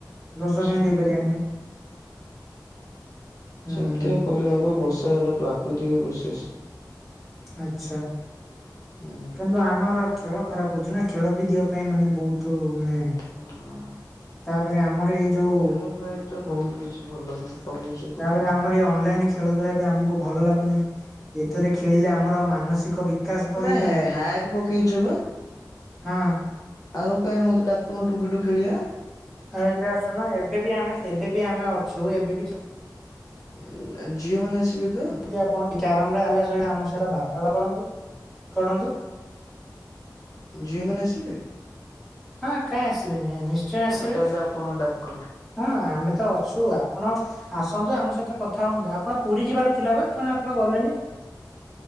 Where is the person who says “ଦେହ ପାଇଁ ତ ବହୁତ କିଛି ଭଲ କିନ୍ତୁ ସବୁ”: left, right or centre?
Left